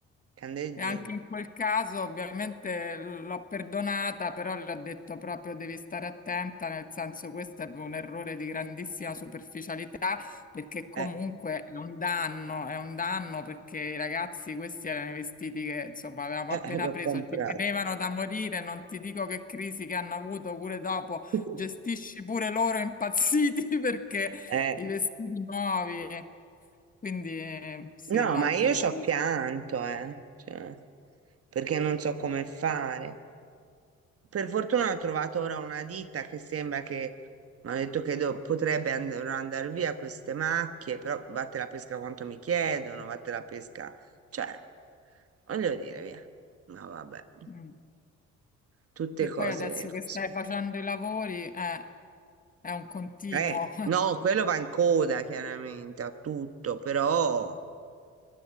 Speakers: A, on the right; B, on the left.
A: candeggina.
B: E anche in quel caso ovviamente l'ho perdonata, però le ho detto proprio devi stare attenta, nel senso questo è un errore di grandissima superficialità, perché comunque
A: Eh,
B: è un danno, è un danno perché i ragazzi questi erano i vestiti che insomma avevamo
A: eh,
B: appena
A: l'ho
B: preso,
A: comprato.
B: ci tenevano da morire, non ti dico che crisi che hanno avuto pure dopo,
A: <laughs>
B: gestisci pure loro impazziti <laughs> perché
A: Eh,
B: i vestiti nuovi, quindi eh, sì,
A: no,
B: no,
A: ma io
B: ti capisco.
A: ci ho pianto, eh, cioè, perché non so come fare. per fortuna ho trovato ora una ditta che sembra che mi ha detto che do- potrebbe andare via queste macchie, però vatte la pesca quanto mi chiedono, vatte la pesca, cioè, voglio dire, via. No, vabbè,
B: Mm.
A: tutte
B: Sì,
A: cose
B: poi adesso
A: così.
B: che stai facendo i lavori, eh, è un continuo.
A: Eh, no, quello va in coda chiaramente a tutto, però